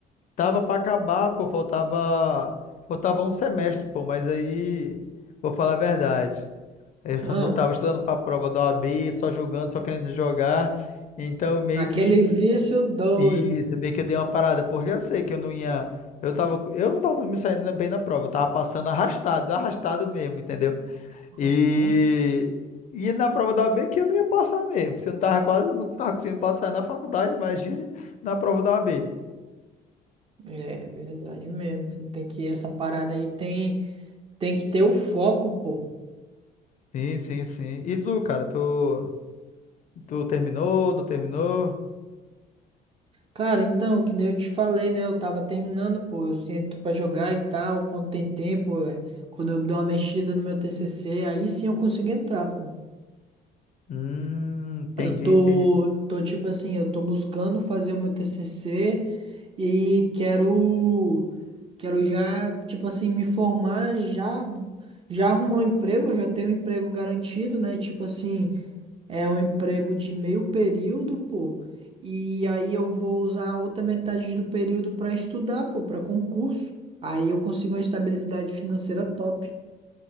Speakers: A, on the left; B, on the right.
A: Tava pra acabar, pô, faltava faltava um semestre, pô, mas aí vou falar a verdade.
B: Ah,
A: Eu <laughs> não tava estudando pra prova da OAB, só jogando, só querendo jogar. Então meio
B: naquele
A: que
B: vício doido.
A: isso, meio que eu dei uma parada, porque eu sei que eu não ia eu tava eu não tava me saindo bem na prova, eu tava passando arrastado, arrastado mesmo, entendeu?
B: Aham.
A: E E na prova da OAB que eu não ia passar mesmo. Se eu não tava quase, não tava conseguindo passar na faculdade, imagine na prova da OAB.
B: É verdade mesmo. Tem que essa parada aí tem tem que ter o foco, pô.
A: Sim, sim, sim. E tu, cara, tu Tu terminou, não terminou?
B: Cara, então, que nem eu te falei, né? Eu tava terminando, pô. Eu tento pra jogar e tal, quando tem tempo, é. Quando eu dou uma mexida no meu TCC, aí sim eu consigo entrar, pô.
A: Hum, entendi,
B: Eu tô
A: entendi.
B: tô tipo assim, eu tô buscando fazer o meu TCC e quero quero já, tipo assim, me formar, já já arrumar um emprego, eu já tenho um emprego garantido, né? Tipo assim, É um emprego de meio período, pô. E aí eu vou usar a outra metade do período para estudar, pô, para concurso. Aí eu consigo uma estabilidade financeira top.